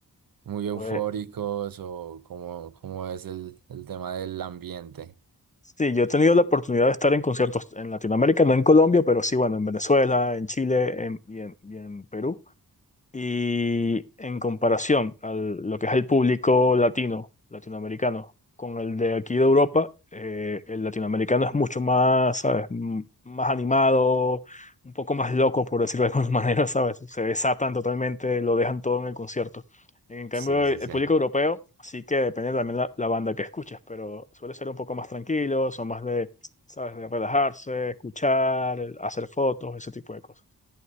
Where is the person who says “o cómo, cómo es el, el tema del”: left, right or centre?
Right